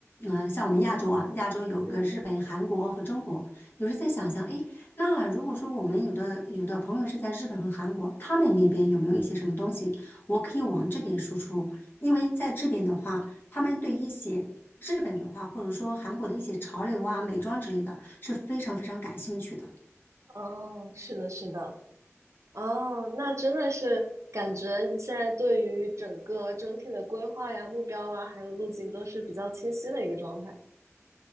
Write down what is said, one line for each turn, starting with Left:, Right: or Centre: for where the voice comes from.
Left: 呃，像我们亚洲啊，亚洲有一个日本、
Right: 嗯，
Left: 韩国和中国。有时在想想，哎，那如果说我们有的有的朋友是在日本和韩国，他们那边有没有一些什么东西，我可以往这边输出？因为在这边的话，他们对一些日本文化或者说韩国的一些潮流啊、美妆之类的是非常非常感兴趣的。
Right: 哦，是的，是的，哦，那真的是感觉你现在对于整个整体的规划呀、目标啊，还有路径都是比较清晰的一个状态。